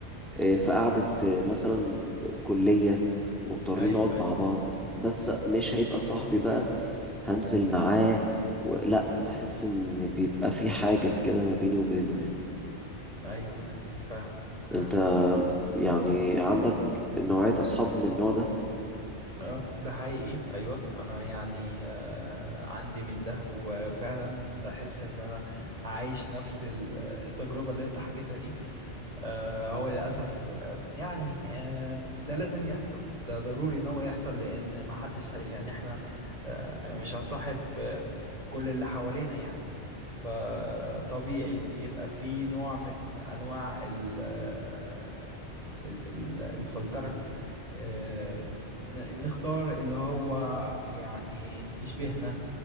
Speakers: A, in the centre; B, on the right.
A: آه، في قعدة آه، مثلا كلية مضطرين
B: ايوه
A: نقعد
B: ايوه
A: مع بعض بس مش
B: مم.
A: هيبقى صاحبي بقى هنزل معاه و... لا بحس ان بيبقى في حاجز كده ما بيني وبينه يعني
B: ايوه ايوه فاهم
A: انت
B: فاهم
A: يعني عندك نوعية أصحاب من النوع ده
B: اه ده حقيقي ايوه انا يعني آه عندي من ده وفعلا بحس ان انا عايش نفس ال- التجربة اللي انت حكيتها دي آه، هو للأسف آه، يعني آه، ده لازم يحصل ده ضروري إن هو يحصل لأن محدش هي يعني إحنا آه، مش هنصاحب آه، كل اللي حوالينا يعني فطبيعي يبقى في نوع من أنواع ال آه، ال- ال- الفلترة آه، ن- نختار اللي هو يعني يشبهنا